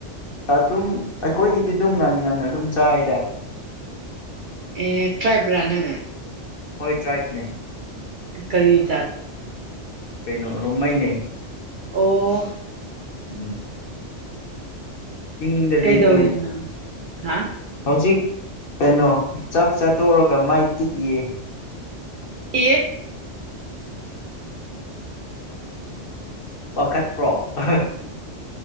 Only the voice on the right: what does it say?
ꯑꯦ ꯇ꯭ꯔꯥꯏꯕ ꯔ ꯅ ꯑꯉ
ꯀꯔꯤꯖꯥꯠ
ꯑꯣ
ꯀꯩꯗꯧꯔꯤꯅ
ꯍꯥ
ꯑꯦ